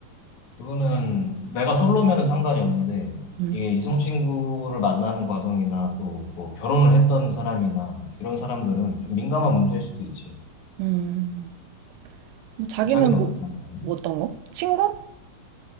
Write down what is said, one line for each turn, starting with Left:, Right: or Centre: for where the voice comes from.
Left: 그거는 내가 솔로면은 상관이 없는데
Right: 음,
Left: 이게 이성 친구를 만나는 과정이나 또 뭐 결혼을 했던 사람이나 이런 사람들은 좀 민감한 문제일 수도 있지.
Right: 음. 뭐 자기는
Left: 자기는
Right: 뭐,
Left: 어떻게 생각하니?
Right: 뭐 어떤 거? 친구?